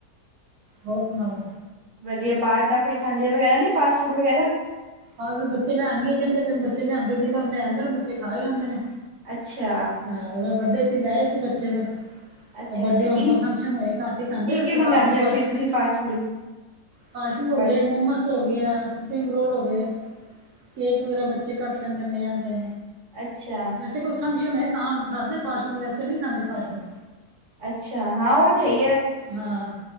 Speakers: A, on the right; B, on the right.
A: ਹੋਰ ਸੁਣਾਓ
B: ਵਧੀਆ ਬਾਹਰ ਦਾ ਕੋਈ ਖਾਂਦੇ ਵਗੈਰਾ ਨੀ ਫਾਸਟ ਫੂਡ ਵਗੈਰਾ
A: ਹਾਂ ਬੱਚੇ ਲਿਆਉਣਣਏ ਕਹਿੰਦੇਨ ਬੱਚੇ ਲਿਆਂਦੇ ਦਿਲ ਲਿਆਦੇ ਬੱਚੇ ਖਾ ਹੀ ਲੈਂਦੇ ਨੇ
B: ਅੱਛਾ
A: ਹਾਂ ਓ ਬਡੇ ਸੀ ਲੈਏ ਸੀ ਬੱਚੇ ਫਿਰ
B: ਅੱਛਾ
A: ਉਹ ਬਡੇ
B: ਜੀ
A: ਹੋਣ
B: ਕੀ
A: ਫੰਕਸ਼ਨ ਹੋਏ ਘੱਟ ਹੀ ਖਾਂਦੇ
B: ਕੀ
A: ਅਸੀ
B: ਕੀ ਮੰਗਵਾਉਂਦੇ
A: ਬਾਹਰ ਦਾ ਫਾਸਟ
B: ਹੋ ਫਿਰ
A: ਫੂਡ
B: ਤੁਸੀਂ ਫਾਸਟ ਫੂਡ
A: ਫਾਸਟ ਫੂਡ ਹੋ
B: ਬ
A: ਗਏ ਮੋਮੋਸ ਹੋ ਗਏ ਆ ਸਪਰਿੰਗ ਰੋਲ ਹੋ ਗਏ ਕੇਕ ਵਗੈਰਾ ਬੱਚੇ ਕੱਟ ਲੈਂਦੇ ਲਿਆ ਆਦੇ
B: ਅੱਛਾ
A: ਵੈਸੇ ਕੋਈ ਫੰਕਸ਼ਨ ਹੈ ਤਾਂ ਖਾਦੇ ਫਾਸਟ ਫੂਡ ਵੈਸੇ ਨਹੀਂ ਖਾਂਦੇ ਫਾਸਟ ਫੂਡ
B: ਅੱਛਾ ਹਾਂ ਉਹ ਤੇ ਹੈ ਹੀ ਹੈ
A: ਹਾਂ